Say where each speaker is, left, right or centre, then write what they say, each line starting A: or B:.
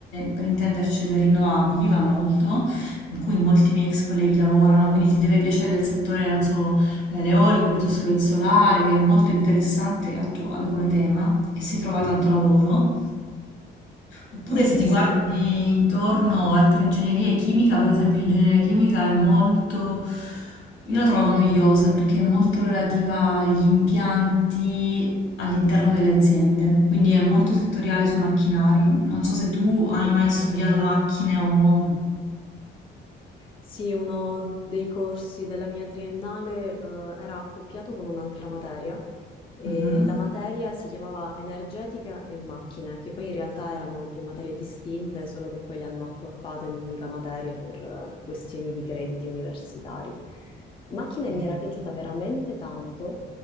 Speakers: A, on the left (about 80°); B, on the left (about 25°).
A: per intenderci, le rinnovabili, va molto in cui molti miei ex colleghi lavorano, quindi ti deve piacere il settore, non so, eh, l'eolico piuttosto che il solare, che è molto interessante e attuale come tema e si trova tanto lavoro. Oppure
B: Sì,
A: se ti guardi intorno altre ingegnerie, chimica, per esempio, ingegneria chimica è molto... Io la trovo noiosa perché è molto relativa agli impianti all'interno delle aziende, quindi è molto settoriale sui macchinari. Non so se tu hai
B: mm.
A: mai studiato macchine o...
B: Sì, uno dei corsi della mia triennale, eh, era accoppiato con un'altra materia E
A: Mhm.
B: la materia si chiamava energetica e macchine, che poi in realtà erano due materie distinte, solo che poi le hanno accorpate in un'unica materia per eh, questioni di crediti universitari. Macchine
A: Ok.
B: mi era piaciuta veramente tanto,